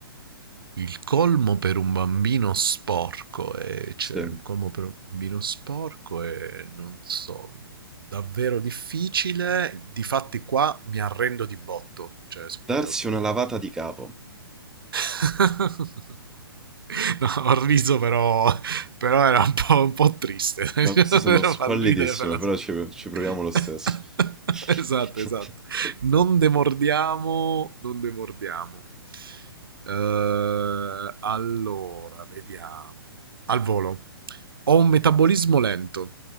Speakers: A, on the right; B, in the centre.
A: Il colmo per un bambino sporco, ehm, cioè
B: Sì.
A: il colmo per un bambino sporco è, non so, davvero difficile. Difatti qua mi arrendo di botto, cioè so' curioso.
B: Darsi una lavata di capo.
A: <laughs> No, ho riso però però era un po' un po' triste. <laughs> Però
B: No, queste sono squallidissime,
A: fa ridere per la
B: però ci, ci proviamo
A: <laughs>
B: lo stesso. <laughs>
A: Esatto, esatto. Non demordiamo, non demordiamo. Eh, allora, vediamo. Al volo. Ho un metabolismo lento,